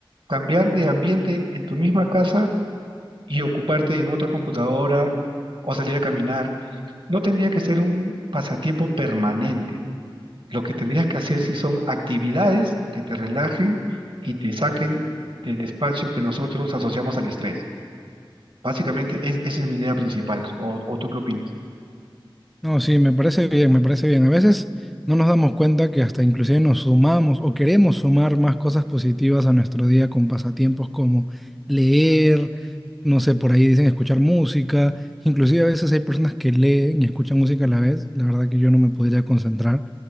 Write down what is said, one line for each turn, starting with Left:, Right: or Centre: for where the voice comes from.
Right: cambiar de ambiente en tu misma casa y ocuparte en otra computadora o salir a caminar. No tendría que ser un pasatiempo permanente. Lo que tendrías que hacer si son actividades que te relajen y te saquen del espacio que nosotros asociamos al estrés. Básicamente es- esa es mi idea principal. ¿O, o tú qué opinas?
Centre: No, sí, me parece bien, me parece bien. A veces no nos damos cuenta que hasta inclusive nos sumamos o queremos sumar más cosas positivas a nuestro día con pasatiempos como leer, no sé, por ahí dicen escuchar música. Inclusive a veces hay personas que leen y escuchan música a la vez. La verdad que yo no me podría concentrar,